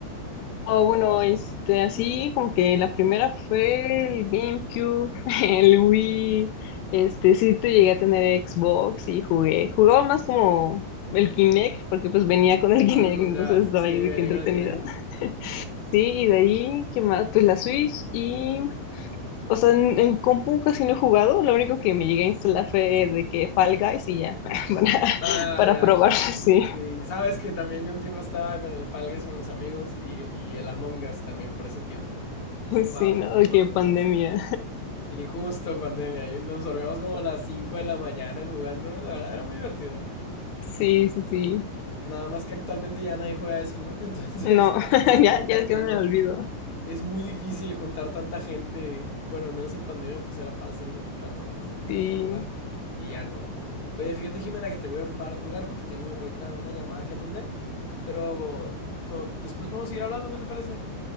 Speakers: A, on the left (about 80°); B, on the left (about 35°).
A: O bueno, este, así como que la primera fue el GameCube, <laughs> el Wii. Este, sí te llegué a tener Xbox y jugué. Jugaba más como el Kinect, porque pues venía con el
B: Mm,
A: <laughs> Kinect, entonces
B: ya,
A: estaba
B: sí, me
A: yo de qué
B: negro
A: entretenida.
B: el Kinect.
A: <laughs> Sí, y de ahí, ¿qué más? Pues la Switch y O sea, en, en compu casi no he jugado, lo único que me llegué a instalar fue de que Fall Guys y ya, <laughs> para,
B: Ah,
A: para
B: ya.
A: probar, <laughs> sí,
B: Y sabes que también yo un tiempo estaba con el Fall Guys con mis amigos y, y el Among Us también por ese tiempo.
A: sí,
B: Jugábamos
A: ¿no?
B: mucho
A: Que
B: Among
A: pandemia,
B: Us. Sí, justo pandemia. Y nos dormíamos como a las 5 de la mañana jugando. La verdad era muy divertido.
A: sí, sí, sí,
B: Nada más que actualmente ya nadie juega eso, ¿no? <laughs> Entonces,
A: no, <laughs> ya,
B: pues ya,
A: ya, ya
B: ya
A: me
B: no,
A: olvido,
B: es muy difícil juntar tanta gente. Bueno, al menos en pandemia pues era fácil, ¿no? Juntar tanta gente
A: sí,
B: a jugar. Y ya no. Oye, fíjate, Jimena, que te voy a ocupar a colgar porque tengo ahorita una llamada que atender. Pero go- go- después vamos a seguir hablando, ¿qué te parece?